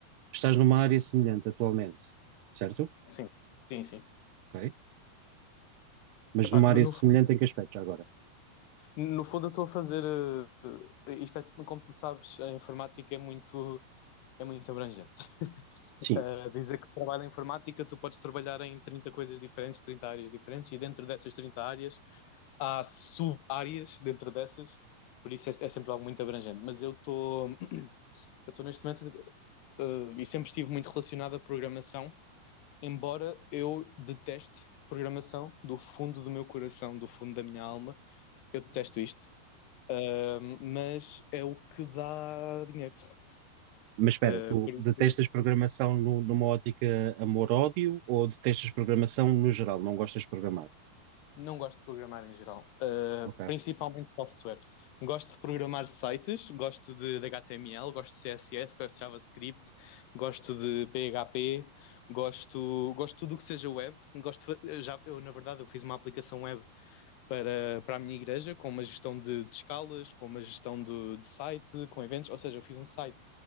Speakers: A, on the right; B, on the left.
A: estás numa área semelhante atualmente, certo?
B: Sim, sim, sim.
A: Ok. Mas
B: Epá,
A: numa
B: no,
A: área
B: no
A: semelhante
B: fundo,
A: em que aspecto já agora?
B: No fundo, eu estou a fazer. eh, Isto é, como tu sabes, a informática é muito, é muito abrangente.
A: Sim.
B: Eh, dizer que trabalho em informática, tu podes trabalhar em 30 coisas diferentes, 30 áreas diferentes, e dentro dessas 30 áreas há sub-áreas dentro dessas, por isso é, é sempre algo muito abrangente. Mas eu estou, eu estou neste momento, eh, e sempre estive muito relacionado à programação, embora eu deteste programação do fundo do meu coração, do fundo da minha alma, eu detesto isto. Um, mas é o que dá dinheiro.
A: Mas espera,
B: Uh,
A: tu
B: por isso
A: detestas programação nu- numa ótica amor-ódio ou detestas programação no geral? Não gostas de programar?
B: não gosto de programar em geral, Uh,
A: Ok.
B: principalmente software. Gosto de programar sites, gosto de, de HTML, gosto de CSS, gosto de JavaScript, gosto de PHP, gosto, gosto de tudo o que seja web. Gosto de já, eu, na verdade, eu fiz uma aplicação web para, para a minha igreja, com uma gestão de, de escalas, com uma gestão do- de site, com eventos, ou seja, eu fiz um site